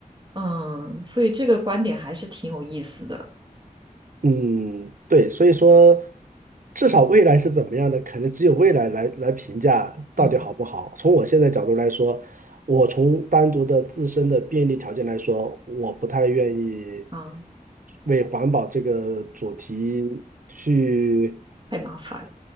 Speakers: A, on the right (about 30°); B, on the right (about 65°).
A: 嗯，所以这个观点还是挺有意思的。
B: 嗯，对，所以说，至少未来是怎么样的，可能只有未来来来评价到底好不好。
A: 嗯
B: 从我现在角度来说，我从单独的自身的便利条件来说，我不太愿意
A: 啊，
B: 为环保这个主题去，
A: 太麻烦，